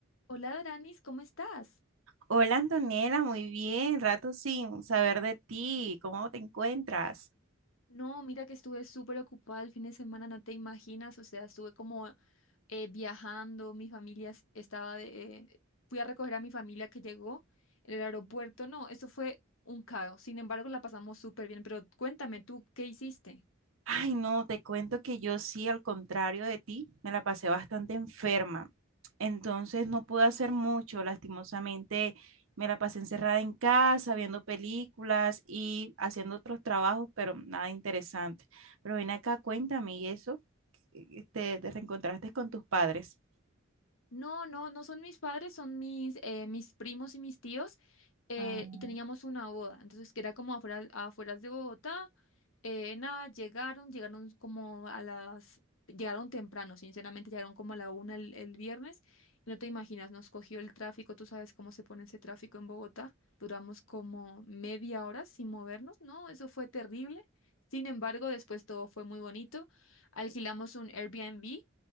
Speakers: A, on the left (about 75°); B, on the right (about 75°).
A: Hola, Aranis, ¿cómo estás?
B: Hola Antonella, muy bien, rato sin saber de ti, ¿cómo te encuentras?
A: No, mira que estuve súper ocupada el fin de semana, no te imaginas, o sea, estuve como eh, viajando, mi familia es- estaba de... eh, fui a recoger a mi familia que llegó en el aeropuerto, no, eso fue un caos, sin embargo la pasamos súper bien, pero cuéntame tú, ¿qué hiciste?
B: Ay, no, te cuento que yo sí, al contrario de ti, me la pasé bastante enferma. Entonces no pude hacer mucho, lastimosamente me la pasé encerrada en casa, viendo películas y haciendo otros trabajos, pero nada interesante. Pero ven acá, cuéntame, ¿y eso? ¿Te, te reencontraste con tus padres?
A: No, no, no son mis padres, son mis, eh, mis primos y mis tíos. eh,
B: Ah,
A: y teníamos una boda, entonces que era como afuera, afueras de Bogotá, eh, nada, llegaron, llegaron como a las, llegaron temprano, sinceramente, llegaron como a la una el, el viernes. Y no te imaginas, nos cogió el tráfico, tú sabes cómo se pone ese tráfico en Bogotá. Duramos como media hora sin movernos, ¿no? Eso fue terrible. Sin embargo, después todo fue muy bonito. Alquilamos un Airbnb